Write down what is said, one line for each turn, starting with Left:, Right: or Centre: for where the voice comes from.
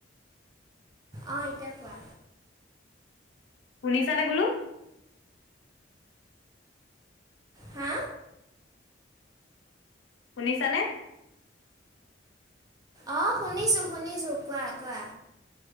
Right: অঁ, এতিয়া কোৱা।
Left: শুনিছানে বোলো?
Right: হা
Left: শুনিছানে?
Right: অঁ, শুনিছো শুনিছো কোৱা কোৱা।